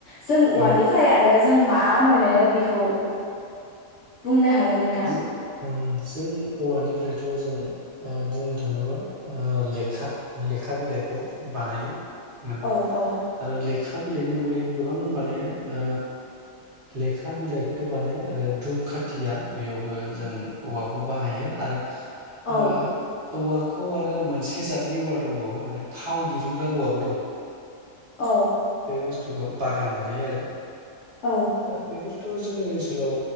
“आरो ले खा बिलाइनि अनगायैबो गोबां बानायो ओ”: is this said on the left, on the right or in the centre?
Right